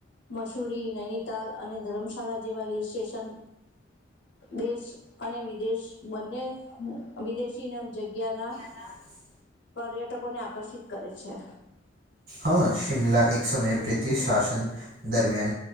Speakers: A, on the left (about 60°); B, on the right (about 50°).
A: મસૂરી નૈનીતાલ અને ધર્મશાલા જેવા હિલ સ્ટેશન. દેશ અને વિદેશ બંને વિદેશી જગ્યાના.
B: <inaudible>
A: <unintelligible> આકર્ષિત કરે છે.
B: હં શિમલા એક સમયે બ્રિટિશ શાસન દરમિયાન